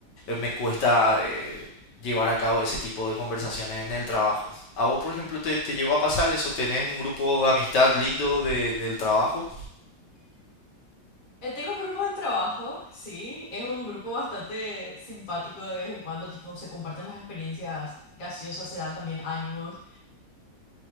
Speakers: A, on the left (about 75°); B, on the left (about 35°).
A: me cuesta eh, llevar a cabo ese tipo de conversaciones en el trabajo. ¿A vos, por ejemplo, te, te llegó a pasar eso? ¿Tenés un grupo de amistad lindo de- del trabajo?
B: Eh, tengo un grupo de trabajo, sí, es un grupo bastante simpático de vez en cuando, tipo se comparten las experiencias graciosas, se dan también ánimos.